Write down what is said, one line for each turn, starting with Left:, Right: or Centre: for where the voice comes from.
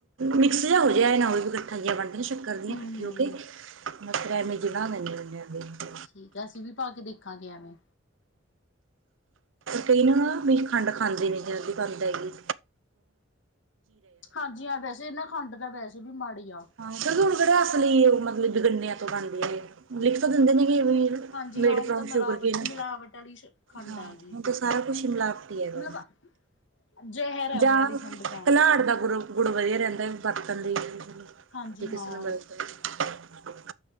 Right: ਮਿਕਸ ਜਿਹਾ ਹੋ ਜੈ ਐ ਨਾ ਹੋਏ ਵੀ ਗਠਾ ਜੀਆ ਬਣ ਜਾ ਣ ਸ਼ੱਕਰ ਦੀਆਂ
Left: ਹੂੰ-ਹੂੰ
Right: ਕੱਠੀ ਹੋ ਕੇ। <unintelligible>
Left: ਠੀਕ ਐ। ਅਸੀ ਵੀ ਪਾ ਕੇ ਦੇਖਾਂਗੇ ਐਵੇਂ।
Right: ਕਈ ਨਾ ਬਈ ਖੰਡ ਪਾਂਦੇ ਨੀ ਜਲਦੀ ਪਕ ਜਾਏਗੀ।
Left: ਹਾਂਜੀ ਹਾਂ ਵੈਸੇ ਨਾ ਖੰਡ ਤਾ ਵੈਸੇ ਵੀ ਮਾੜੀ ਆ।
Right: ਹਾਂ। ਚਲੋ ਹੁਣ ਕੇਹੜੇ ਅਸਲੀ ਓ ਮਤਲਬ ਗੰਨਿਆਂ ਤੋਂ ਬਣਦੇ ਆ ਏ। ਲਿਖ ਤਾਂ ਦਿੰਦੇ ਨੇਗੇ ਵੀ
Left: ਹਾਂਜੀ
Right: ਮੇਡ
Left: ਹਾਂ ਹੁਣ
Right: ਫਰੋਮ‌
Left: ਤਾਂ ਮਿਲਾਵਟ
Right: ਸ਼ੂਗਰਕੇਨ।
Left: ਮਿਲਾਵਟ ਵਾਲੀ ਖੰਡ
Right: ਹਾਂ
Left: ਆ ਗਈ।
Right: ਹੁਣ ਤਾਂ ਸਾਰਾ ਕੁਛ ਈ ਮਿਲਾਵਟੀ ਹੈਗਾ।
Left: ਮਤਲਬ ਜ਼ਹਿਰ ਹੈ ਹੁਣ
Right: ਜਾਂ
Left: ਵਾਲੀ ਖੰਡ ਤਾਂ
Right: ਘਲਾੜ ਦਾ ਗੁਰ ਗੁੜ ਵਧੀਆ ਰੈਂਦਾ ਵਰਤਣ ਲਈ।
Left: ਹਾਂਜੀ
Right: ਜੇ ਕਿਸਰਾ
Left: ਹਾਂ
Right: ਬਰਤ